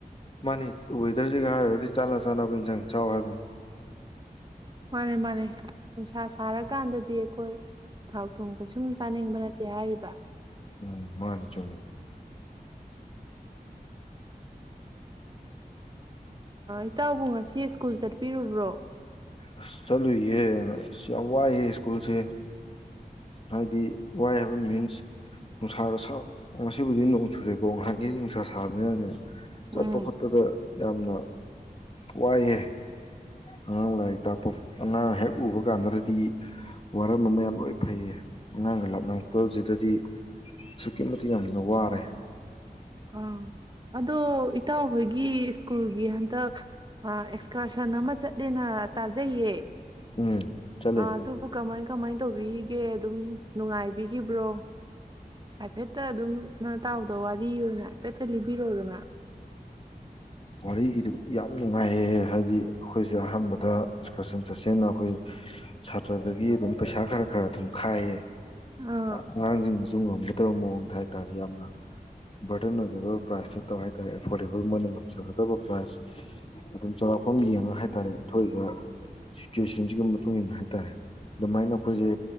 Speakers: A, on the left; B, on the right.
A: ꯃꯥꯅꯤ ꯋꯦꯗꯔꯁꯤꯒ ꯍꯥꯏꯔꯔꯗꯤ ꯆꯥꯟꯅ ꯆꯥꯅꯕ ꯏꯟꯁꯥꯡ ꯆꯥꯎ ꯍꯥꯏꯕꯅꯤ
B: ꯃꯥꯅꯦ ꯃꯥꯅꯦ ꯅꯨꯡꯁꯥ ꯁꯥꯔꯀꯥꯟꯗꯗꯤ ꯑꯩꯈꯣꯏ ꯊꯥꯎ ꯊꯣꯡ ꯀꯩꯁꯨꯝ ꯆꯥꯅꯤꯡꯕ ꯅꯠꯇꯦ ꯍꯥꯏꯔꯤꯕ <unintelligible>
A: ꯎꯝ ꯃꯥꯅꯦ ꯆꯨꯝꯝꯦ
B: ꯏꯇꯥꯎꯕꯨ ꯉꯁꯤ ꯁ꯭ꯀꯨꯜ ꯆꯠꯄꯤꯔꯨꯕ꯭ꯔꯣ
A: ꯑꯁ ꯆꯠꯂꯨꯏꯒꯦ ꯑꯁ ꯌꯥꯝ ꯋꯥꯏꯑꯦ ꯁ꯭ꯀꯨꯜꯁꯦ ꯍꯥꯏꯗꯤ ꯋꯥꯏ ꯍꯥꯏꯕ ꯃꯤꯟꯁ ꯅꯨꯡꯁꯥꯒ ꯉꯁꯤꯕꯨꯗꯤ ꯅꯣꯡ ꯆꯨꯔꯦꯀꯣ ꯉꯥꯏꯍꯥꯏꯒꯤ ꯅꯨꯡꯁꯥ ꯁꯥꯕꯅꯤꯅꯅꯦ
B: ꯎꯝ
A: ꯆꯠꯄ ꯈꯣꯠꯄꯗ ꯌꯥꯝꯅ ꯋꯥꯏꯑꯦ ꯑꯉꯥꯡ ꯂꯥꯏꯔꯤꯛ ꯇꯥꯛꯄ ꯑꯉꯥꯡ ꯍꯦꯛ ꯎꯕ ꯀꯥꯟꯗꯗꯗꯤ ꯋꯥꯔꯝꯕ ꯃꯌꯥꯝ ꯂꯣꯏ ꯐꯩꯌꯦ ꯑꯉꯥꯡꯒ ꯂꯥꯞꯅ ꯄꯨꯖꯤꯗꯗꯤ ꯑꯁꯨꯛꯀꯤ ꯃꯇꯤꯛ ꯌꯥꯝꯅ ꯋꯥꯔꯦ
B: ꯑꯥ ꯑꯗ ꯏꯇꯍꯣꯏꯒꯤ ꯁ꯭ꯀꯨꯜꯒꯤ ꯍꯟꯇꯛ ꯑꯦꯛꯁꯀꯔꯁꯟ ꯑꯃ ꯆꯠꯂꯦꯅ ꯇꯥꯖꯩꯌꯦ
A: ꯎꯝ ꯆꯠꯂꯦ
B: ꯑ ꯑꯗꯨꯕꯨ ꯀꯃꯥꯏ ꯀꯃꯥꯏꯅ ꯇꯧꯕꯤꯒꯦ ꯑꯗꯨꯝ ꯅꯨꯡꯉꯥꯏꯕꯤꯈꯤꯕ꯭ꯔꯣ ꯍꯥꯏꯐꯦꯠꯇ ꯑꯗꯨꯝ ꯏꯇꯥꯎꯗ ꯋꯥꯔꯤ ꯑꯣꯏꯅ ꯍꯥꯏꯄꯦꯊ ꯂꯤꯕꯤꯔꯣꯗꯅ
A: ꯋꯥꯔꯤꯒꯤꯗꯨ ꯌꯥꯝ ꯅꯨꯡꯉꯥꯏꯌꯦ ꯍꯥꯏꯗꯤ ꯑꯩꯈꯣꯏꯁꯦ ꯑꯍꯥꯟꯕꯗ ꯆꯠꯁꯟ ꯆꯠꯁꯟꯅ ꯑꯩꯈꯣꯏ ꯁꯥꯇ꯭ꯔꯗꯒꯤ ꯑꯗꯨꯝ ꯄꯩꯁꯥ ꯈꯔ ꯈꯔ ꯑꯗꯨꯝ ꯈꯥꯏꯌꯦ
B: ꯑꯥ
A: ꯑꯉꯥꯡꯁꯤꯡ ꯑꯗꯨꯨ ꯉꯝꯒꯗꯕ ꯃꯑꯣꯡꯗ ꯍꯥꯏ ꯇꯥꯔꯦ ꯌꯥꯝꯅ ꯕꯔꯗꯟ ꯑꯣꯏꯒꯗꯕ ꯄ꯭ꯔꯥꯏꯖ ꯅ ꯇꯧ ꯍꯥꯏꯇꯥꯔꯦ ꯑꯦꯐꯣꯔꯗꯦꯕꯜ ꯃꯣꯏꯅ ꯉꯝꯖꯒꯗꯕ ꯄ꯭ꯔꯥꯏꯖ ꯑꯗꯨꯝ ꯆꯥꯎꯔꯥꯛꯄ ꯌꯦꯡꯉ ꯍꯥꯏꯇꯥꯔꯦ ꯑꯊꯣꯏꯕ ꯁꯤꯆꯨꯁꯟꯁꯤ ꯃꯇꯨꯡ ꯏꯟꯅ ꯍꯥꯏꯇꯥꯔꯦ ꯑꯗꯨꯃꯥꯏꯅ ꯑꯩꯈꯣꯏꯁꯦ